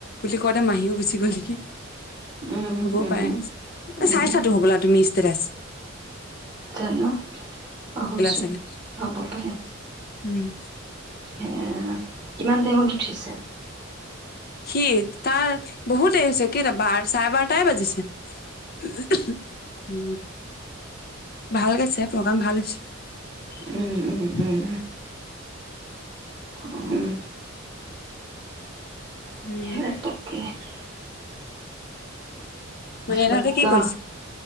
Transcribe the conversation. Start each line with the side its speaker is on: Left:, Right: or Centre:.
Left: বুলি কওঁতে মাহীওুচি গ'ল নিকি
Right: উম,
Left: হ'ব
Right: উম,
Left: পাৰে
Right: উম,
Left: চাইছাতো হ'বলা তুমি ত্ৰেছ
Right: জানো পাহৰিছোঁ
Left: চাগে
Right: হব পাৰে
Left: উম
Right: এ কিমান টাইমত উঠিছে <inaudible>
Left: সি তাৰ বহুত দেৰি হৈছে কেই বাৰ চাৰে বাৰটাই বাজিছে উম <unintelligible> ভাল গেছে প্ৰগ্ৰাম ভাল হৈছে
Right: উম, উম, উম, উম,
Left: উম
Right: ঘেৰ তকে <inaudible>
Left: মনিয়াহঁতে
Right: ব কিয়
Left: কি কৰিছে